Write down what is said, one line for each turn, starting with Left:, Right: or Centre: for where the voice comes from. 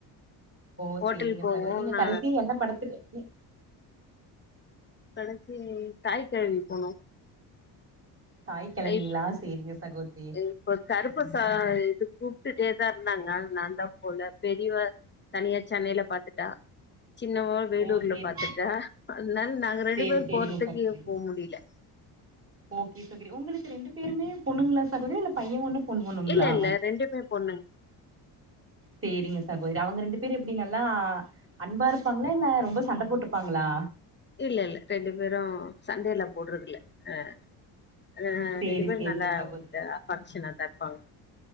Right: ஓ
Left: ஹோட்டல்
Right: செரிங்க
Left: போவோ
Right: சகோதரி நீங்க
Left: நா
Right: கடைசி என்ன படத்துக்கு எ
Left: கடைசி தாய் கெழவி போனோ
Right: தாய் கெழவிங்களா
Left: இப்
Right: சேரிங்க சகோதரி
Left: இப்ப கருப்பு ச இது கூப்டுட்டே தா இருந்தாங்க நான்தா போல பெரியவ தனியா சென்னையில பாத்துட்டா சின்னவ வேலூர்ல
Right: ஓ சேரி
Left: பாத்துட்டா அதனால நாங்க ரெண்டு
Right: சேரி
Left: பேர்
Right: சேரிங்க
Left: போறதுக்கு
Right: சகோதரி
Left: போக முடியல
Right: ஓகே சகோதரி உங்களுக்கு ரெண்டு பேருமே பொண்ணுங்களா சகோதரி இல்ல பையே ஒண்ணு பொண்ணு ஒண்ணுங்களா
Left: இல்ல இல்ல ரெண்டுமே பொண்ணுங்
Right: சேரிங்க சகோதரி அவங்க ரெண்டு பேர் எப் டி நல்லா அன்பா இருப்பாங்களா இல்ல ரொம்ப சண்ட போட்டுப்பாங்களா
Left: இல்ல இல்ல ரெண்டு பேரு சண்டேலா போட்றது இல்ல அ அ
Right: சேரி
Left: ரெண்டுபேரு
Right: சேரிங்க
Left: நல்லா
Right: சகோதரி
Left: அஃப்பெக்ஷனா தா இருப்பாங்க